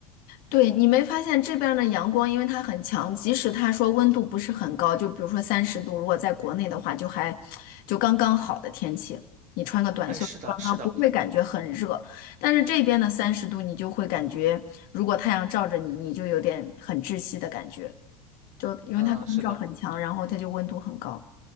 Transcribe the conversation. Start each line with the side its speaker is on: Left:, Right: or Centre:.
Left: 对，你没发现这边儿的阳光，因为它很强，即使它说温度不是很高，就比如说三十度，如果在国内的话，就还就刚刚好的天气，你穿个短袖刚刚不会感觉很热。
Right: 哎，是的，是的，
Left: 但是这边的三十度，你就会感觉，如果太阳照着你，你就有点很窒息的感觉，就因为它光照很强，
Right: 嗯，是的，
Left: 然后它就温度很高。